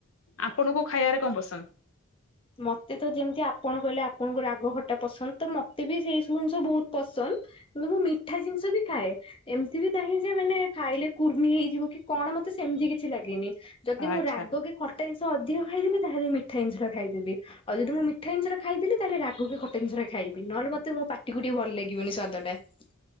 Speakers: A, on the left (about 75°); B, on the left (about 25°).
A: ଆପଣଙ୍କୁ ଖାଇବାରେ କଣ ପସନ୍ଦ?
B: ମତେ ତ ଯେମିତି ଆପଣ କହିଲେ ଆପଣଙ୍କୁ ରାଗ ଖଟା ପସନ୍ଦ ତ ମତେ ବି ସେଇ ସବୁ ଜିନିଷ ବହୁତ ପସନ୍ଦ। ମୁଁ ମିଠା ଜିନିଷ ବି ଖାଏ। ଏମିତି ବି ନାହିଁ ଯେ ମାନେ ଖାଇଲେ କୁର୍ମି ହେଇଯିବ କି କଣ ମତେ ସେମିତି କିଛି ଲାଗେନି। ଯଦି
A: ଆଚ୍ଛା।
B: ମୁଁ ରାଗ କି ଖଟା ଜିନିଷ ଅଧିକ ଖାଇଦେବି ତାହେଲେ ମିଠା ଜିନିଷଟା ଖାଇଦେବି। ଆଉ ଯଦି ମୁଁ ମିଠା ଜିନିଷଟା ଖାଇଦେଲି ତାହେଲେ ରାଗ କି ଖଟା ଜିନିଷଟା ଖାଇବି ନହେଲେ ମତେ ମୋ ପାଟିକୁ ଟିକେ ଭଲ ଲାଗିବନି ସ୍ୱାଦଟା।